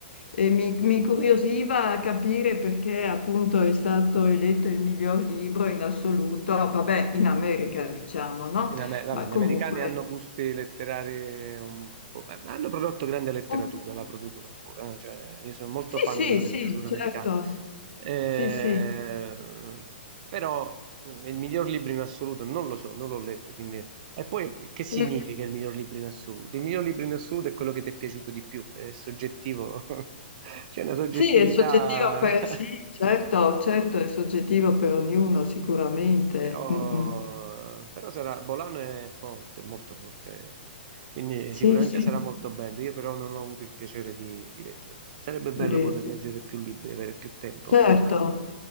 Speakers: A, on the left; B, on the right.
A: e mi, mi incuriosiva capire perché appunto è stato eletto il miglior libro in assoluto, vabbè, in America diciamo, no?
B: In Amer- vabbè,
A: Ma
B: gli
A: comunque...
B: americani hanno gusti letterari un po', ma- ma hanno prodotto grande letteratura,
A: un-
B: la producono ancora, eh, cioè, io sono molto
A: Sì,
B: fan della letteratura
A: sì, sì, certo.
B: americana, Eh,
A: Sì, sì.
B: però eh, il miglior libro in assoluto non lo so, non l'ho letto, quindi... E poi che significa
A: Mm.
B: il miglior libro in assoluto? Il miglior libro in assoluto è quello che ti è piaciuto di più, è soggettivo, <laughs> c'è una soggettività
A: Sì, è soggettivo per...
B: <laughs>
A: Sì, certo, certo, è soggettivo per ognuno, sicuramente.
B: Però,
A: Mm, mm.
B: però sarà, Bolano è forte, molto forte, quindi
A: Sì,
B: sicuramente
A: sì.
B: sarà molto bello. Io però non ho avuto il piacere di, di leggerlo. Sarebbe bello
A: le-
B: poter leggere più libri, avere più tempo,
A: Certo,
B: ma ahimè.